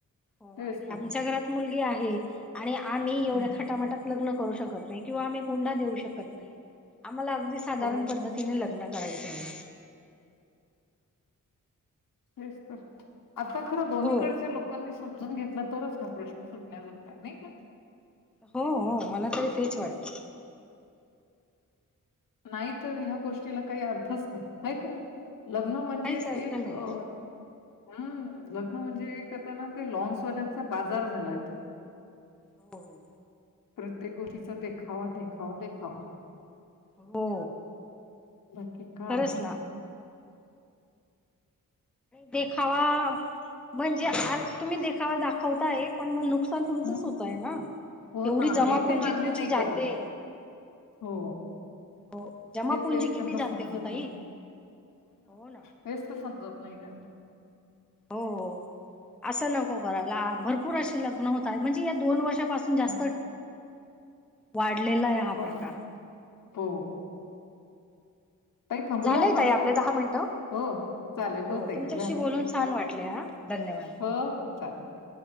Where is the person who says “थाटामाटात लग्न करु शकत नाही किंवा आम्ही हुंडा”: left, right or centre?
Centre